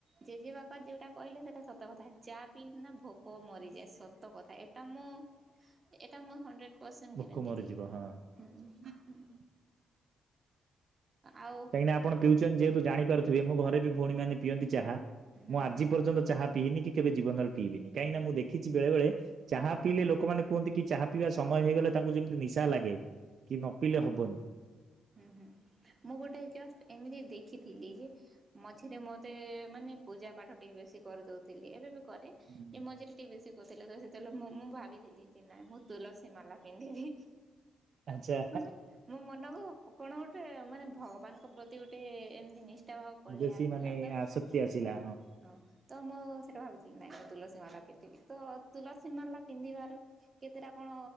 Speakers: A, on the right (about 30°); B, on the right (about 60°).
A: ଜେଜେ ବାପା ଯୋଉଟା କହିଲେ ସେଟା ସତ କଥା ଚା ପିଇଲେ ନା ଭୋକ ମରିଯାଏ ସତ କଥା ଏଟା ମୁଁ ଏଟା ମୁଁ ହଣ୍ଡରେଡ ପରସେଣ୍ଟ
B: ଭୋକ
A: ଗାରଣ୍ଟି
B: ମରିଯିବ
A: ଦେଇ କହିମି ହୁଁ
B: ହଁ।
A: ହୁଁ। ଆଉ
B: କାଇଁକି ନା ଆପଣ ପିଉଛନ୍ତି ଯେହେତୁ। ଜାଣି ପାରୁଥିବେ ମୋ ଘରେ ବି ଭଉଣୀ ମାନେ ପିଅନ୍ତି ଚାହା।
A: ହୁଁ
B: ମୁଁ ଆଜି ପର୍ଯ୍ୟନ୍ତ ଚାହା। ପିନି କି କେବେ ଜୀବନରେ ପିଇବିନି କାହିଁକି ନା ମୁଁ ଦେଖିଛି ବେଳେବେଳେ। ଚାହା
A: ହୁଁ
B: ପିଇଲେ ଲୋକମାନେ। କୁହନ୍ତି କି ଚାହା ପିଇବା ସମୟ ହେଇଗଲେ ତାଙ୍କୁ ଯେମିତି ନିଶା ଲାଗେ। କି ନ ପିଇଲେ ହବନି।
A: ହୁଁ ହୁଁ ମୁଁ ଗୋଟେ ଜଷ୍ଟ ଏମିତି ଦେଖିଥିଲି ଯେ ମଝିରେ ମୋତେ-ତେ-ତେ ମାନେ ପୂଜା ପାଠ ଟିକେ ବେଶୀ କରିଦେଉଥିଲି ଏବେ ବି କରେ
B: ହୁଁ।
A: ମଝିରେ ଟିକେ ବେଶୀ କଥିଲେ ତ ସେତେବେଳେ ମୁଁ ମୁଁ ଭାବିଥିଲି ଯେ ନାଇଁ ମୁଁ ତୁ ଲସୀ ମାଲା ପିନ୍ଧିବି
B: ଆଚ୍ଛା
A: ମାନେ ମୋ ମନକୁ କଣ ଗୋଟେ ମାନେ ଭଗବାନଙ୍କ ପ୍ରତି ଗୋଟେ ଏମତି ନି- ଭାବ ପଲେଇ
B: ବେଶୀ
A: ଆସିଲା
B: ମାନେ
A: ତ
B: ଆସକ୍ତି ଆସିଲା
A: ହଁ ହଁ ତ ମୁଁ ସେଇଟା ଭାବୁଥିଲି ନାହିଁ ମୁଁ ତୁଲସୀ ମାଲା ପିନ୍ଧିବି ତ ତୁଲସୀ ମାଲା ପିନ୍ଧିବାର କେତେଟା କଣ